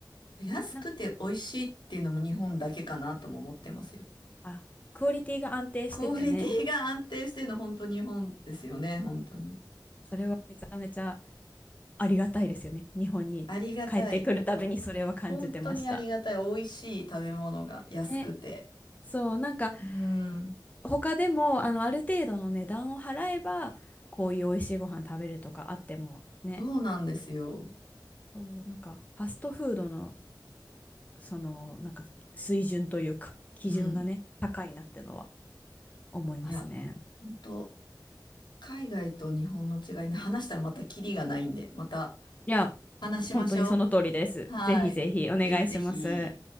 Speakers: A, on the left; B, on the left.
A: 安くて美味しいっていうのも日本だけかなとも思ってますよ。
B: ね、なんかあクオリティが安定しててね
A: クオリティが安定してるの本当日本ですよね、本当に。
B: それはめちゃめちゃありがたいですよね日本に帰ってくるたびにそれは感じてました。
A: ありがたい。本当にありがたい。美味しい食べ物が安くて。
B: ね、そうなんか
A: うん。
B: 他でもあのある程度の値段を払えばこういう美味しいご飯食べるとかあってもね
A: そうなんですよ。
B: そうなんかファストフードのそのなんか水準というか基準がね高いなってのは
A: うん。
B: 思いますね
A: いや、本当海外と日本の違いね、話したらまたキリがないんで、また
B: いや
A: 話しましょう。
B: 本当にその通りですぜひぜひお願いします
A: はい。ぜひぜひ。